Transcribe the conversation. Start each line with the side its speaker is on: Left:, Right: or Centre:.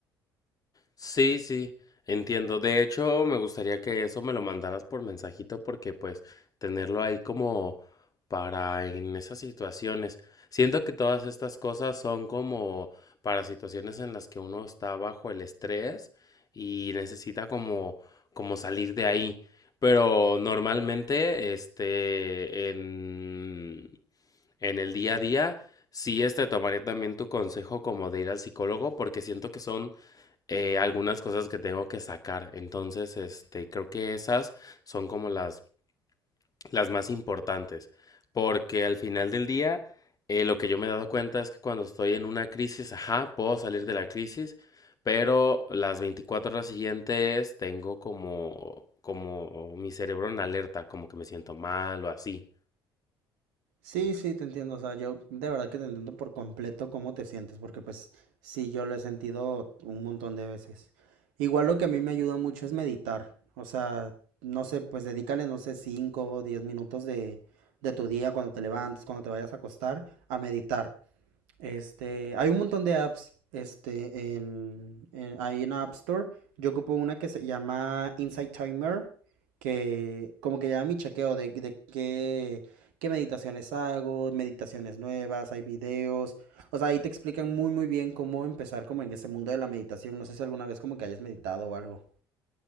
Left: Sí, sí, entiendo. De hecho, me gustaría que eso me lo mandaras por mensajito porque pues tenerlo ahí como para en esas situaciones. Siento que todas estas cosas son como para situaciones en las que uno está bajo el estrés y necesita como como salir de ahí. Pero normalmente, este, en, en el día a día, sí, este, tomaría también tu consejo como de ir al psicólogo porque siento que son eh, algunas cosas que tengo que sacar. Entonces, este, creo que esas son como las, las más importantes. Porque al final del día, eh, lo que yo me he dado cuenta es que cuando estoy en una crisis, ajá, puedo salir de la crisis, pero las 24 horas siguientes tengo como, como mi cerebro en alerta, como que me siento mal o así.
Right: Sí, sí, te entiendo. O sea, yo de verdad que te entiendo por completo cómo te sientes, porque pues sí, yo lo he sentido un montón de veces. Igual lo que a mí me ayuda mucho es meditar. O sea, no sé, pues dedícale, no sé, 5 o 10 minutos de, de tu día cuando te levantes, cuando te vayas a acostar, a meditar. Este, hay un montón de apps, este, en, en- ahí en la App Store. Yo ocupo una que se llama Insight Timer, que como que lleva mi chequeo de, de qué, qué meditaciones hago, meditaciones nuevas, hay videos. O sea, ahí te explican muy, muy bien cómo empezar como en ese mundo de la meditación. No sé si alguna vez como que hayas meditado o algo.